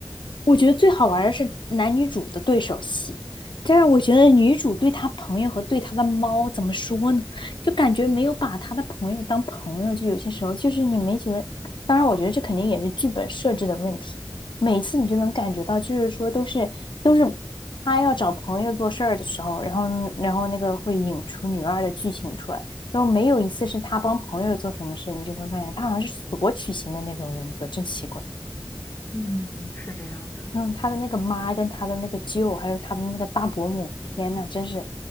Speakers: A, on the left (about 75°); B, on the left (about 30°).
A: 我觉得最好玩儿的是男女主的对手戏，这样我觉得女主对她朋友和对她的猫怎么说呢？就感觉没有把她的朋友当朋友，就有些时候就是你没觉得。当然，我觉得这肯定也是剧本设置的问题。每次你就能感觉到，就是说都是都是他要找朋友做事儿的时候，然后然后那个会引出女二的剧情出来，然后没有一次是他帮朋友做什么事，你就会发现他好像是索取型的那种人格，真奇怪。
B: 嗯，是这样的。
A: 然后他的那个妈跟他的那个舅，还有他的那个大伯母，天呐，真是，